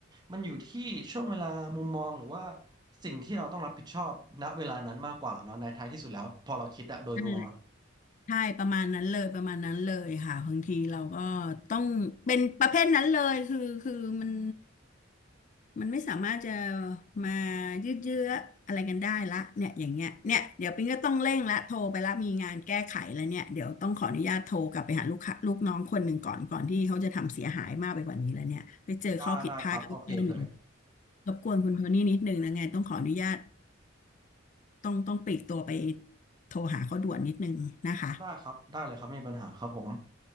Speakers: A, on the right; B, on the left.
A: มันอยู่ที่ช่วงเวลามุมมองหรือว่าสิ่งที่เราต้องรับผิดชอบณเวลานั้นมากกว่าเนาะในท้ายที่สุดแล้วพอเราคิดอะโดยรวมอะ
B: นั่นแหละ ใช่ประมาณนั้นเลยประมาณนั้นเลยค่ะบางทีเราก็ต้องเป็นประเภทนั้นเลยคือคือมันมันไม่สามารถจะมายืดเยื้ออะไรกันได้ละเนี่ยอย่างเงี้ยเนี่ยเดี๋ยวปิ๊งก็ต้องเร่งละโทรไปละมีงานแก้ไขแล้วเนี่ยเดี๋ยวต้องขออนุญาตโทรกลับไปหาลูกค้าลูกน้องคนหนึ่งก่อนก่อนที่เขาจะทำเสียหายมากไปกว่านี้แล้วเนี่ยไปเจอข้อผิดพลาดอีกเรื่องหนึ่ง
A: ได้ได้ครับโอเคเคย
B: รบกวนคุณโทนี่นิดนึงนะไงต้องขออนุญาตต้องต้องปลีกตัวไปโทรหาเขาด่วนนิดนึงนะคะ
A: <laughs> ได้ครับได้เลยครับไม่มีปัญหาครับผม